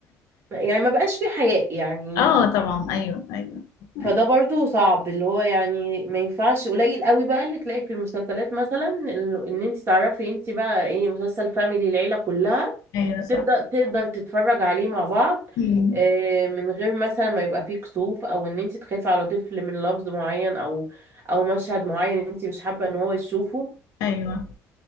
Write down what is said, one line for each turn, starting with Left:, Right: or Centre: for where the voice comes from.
Right: يعني ما بقاش في حياء يعني
Left: اه طبعا ايوه ايوه ايوه,
Right: فده برضو صعب اللي هو يعني ما ينفعش قليل قوي بقى اللي تلاقي في المسلسلات مثلا ان إن انت تعرفي انت بقى ايه مسلسل فاميلي العيلة كلها
Left: أيوة صح
Right: تبدأ تقدر تتفرج عليه مع بعض
Left: مم.
Right: آه، من غير مثلا ما يبقى فيه كسوف او ان انت تخافي على طفل من لفظ معين او او مشهد معين انت مش حابة ان هو يشوفه
Left: ايوه